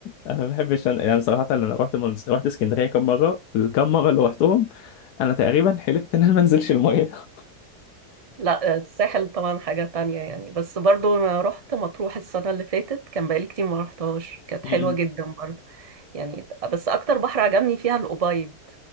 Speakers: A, on the left; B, on the right.
A: أنا ما بحبش أنا- يعني صراحة أنا رحت من... رحت اسكندرية كم مرة الكم مرة اللي رحتهم أنا تقريبا حلفت إن أنا ما أنزلش المية <laughs>
B: لا الساحل طبعا حاجة تانية يعني بس برضو انا رحت مطروح السنة اللي فاتت كان بقالي كتير ما رحتهاش كانت
A: م-م.
B: حلوة جدا برضو يعني بس اكتر بحر عجبني فيها الأبيض